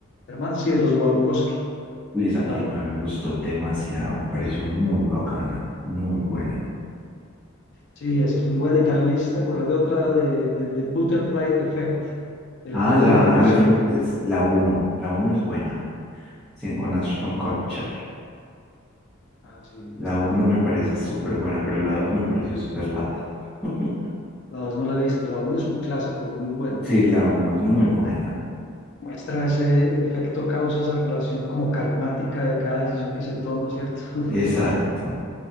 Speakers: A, on the left; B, in the centre.
A: hermanas, sí, de los Wachowski,
B: Y esa
A: claro.
B: película a mí me gustó demasiado, me pareció muy bacana, muy buena.
A: Sí, esa es muy buena. Y también me hiciste acordar de otra de, de Butterfly Effect, el
B: Ah,
A: efecto
B: la,
A: mariposa.
B: la, fra- es la uno la 1 es buena, sí, con Ashton Kutcher.
A: Ah, sí,
B: La
A: esa
B: uno
A: también.
B: me parece súper buena, pero la 2 me pareció súper lata. <laughs>
A: La dos no la he visto. La uno es un clásico, muy buena.
B: Sí, la uno es muy buena.
A: Muestra ese efecto causa, esa relación como karmática de cada decisión que se toma, ¿cierto? <laughs>
B: Exacto.